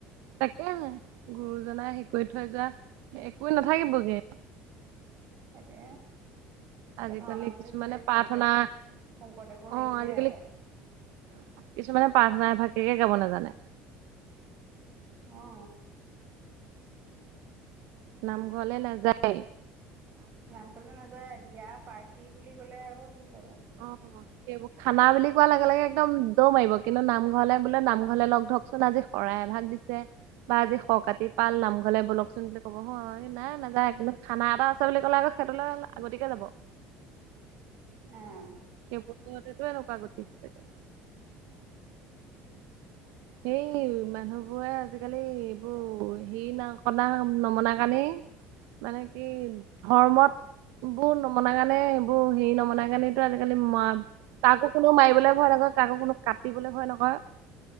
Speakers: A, on the right; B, on the right.
A: তাকেহে গুৰুজনাই হেই কৰি থৈ যোৱা একো নাথাকিবগে৷
B: তাকে
A: আজিকালি
B: এই ভাওনা বুলি
A: কিছুমানে
B: কলে
A: প্ৰাৰ্থনা
B: শংকৰ শংকৰদেৱৰ সেইটোৱে
A: অ আজিকালি
B: আহে৷
A: কিছুমানে প্ৰাৰ্থনাই এভাকেকে গাব নাজানে।
B: অ
A: নামঘৰলৈ নাযায়ে।
B: নাম কলে নাযায় বিয়া, পাৰ্টি বুলি ক'লে আকৌ কি চাবা।
A: অ সেইবোৰ খানা বুলি কোৱাৰ লগে লগে একদম দৌৰ মাৰিব কিন্তু নামঘৰলে বোলে নামঘৰলে লগ ধৰকচোন আজি শৰাই এভাগ দিছে। বা আজি শ কতি পাল নামঘলে বলকচোন বুলি ক'ব হ এই নাই নাযায় কিন্তু খানা এটা আছে বুলি ক'লে আকৌ এখেতলে আগতিয়াকে যাব।
B: অহ।
A: সেই বধতটো এনেকুৱা গতি থ যায় <unintelligible> হেই মানুহবোৰে আজিকালি এইবোৰ হেই না কনা নমনা কাৰণেই। মানে কি ধৰ্মত বোৰ নমনা কাৰণে এইবোৰ হেৰি নমনা কাৰণেই আজিকালি মআ কাকো কোনো মাৰিবলৈ ভয় নকয়, কাকো কোনো কাটিবলৈ ভয় নকয়।